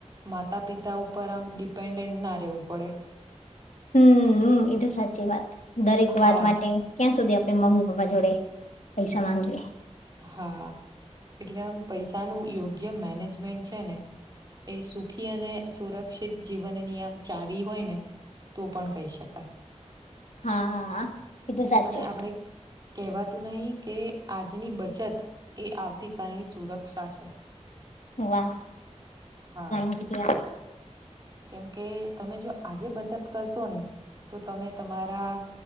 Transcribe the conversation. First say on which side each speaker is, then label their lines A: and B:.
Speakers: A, on the right; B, on the left.
A: માતા પિતા ઉપર આમ ડિપેન્ડન્ટ ના રહેવું પડે
B: હમ્મ હમ્મ એ તો સાચી વાત દરેક
A: હા,
B: વાત માટે ક્યાં સુધી આપ આપે મમ્મી પપ્પા જોડે પૈસા માંગુએ
A: હા, એટલે આમ પૈસાનું યોગ્ય મેનેજમેન્ટ છે ને એ સુખી અને સુરક્ષિત જીવન નિયમ ચાવી હોય ને તો પણ કહી શકાય
B: હા, એતો સાચું,
A: અને આપણે કહેવાતું નહી કે આજની બચત એ આવતી કલની સુરક્ષા છે.
B: વાહ
A: હા.
B: <inaudible>
A: કેમ કે તમે જો આજે બચત કરશો ને તો તમે તમારા